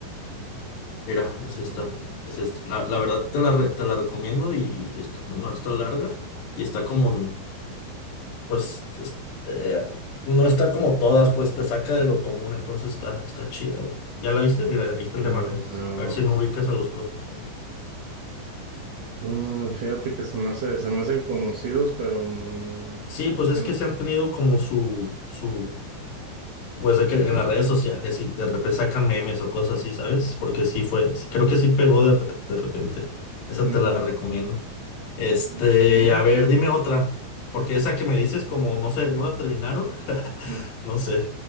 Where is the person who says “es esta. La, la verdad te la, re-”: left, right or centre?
Left